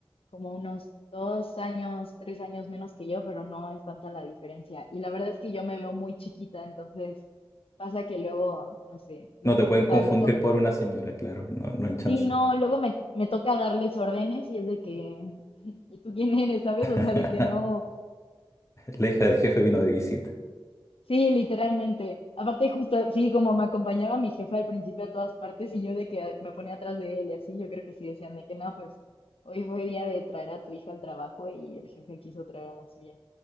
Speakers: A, on the left; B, on the left.
A: como unos dos años, tres años menos que yo, pero no es tanta la diferencia. Y la verdad es que yo me veo muy chiquita, entonces pasa que luego, no sé, les-
B: No te pueden
A: o
B: confundir
A: sea, me toca,
B: por una señora, claro, no, no hay chance.
A: sí, no, luego me, me toca darles órdenes y es de que, <laughs> ¿y tú quién eres, sabes?
B: <laughs>
A: O sea, de que no,
B: La hija del jefe vino de visita.
A: sí, literalmente. Aparte, justo, sí, como me acompañaba mi jefe al principio a todas partes y yo de que me ponía atrás de él y así, yo creo que sí decían de que no, pues. Hoy fue día de traer a tu hija al trabajo y el jefe quiso traer a la suya.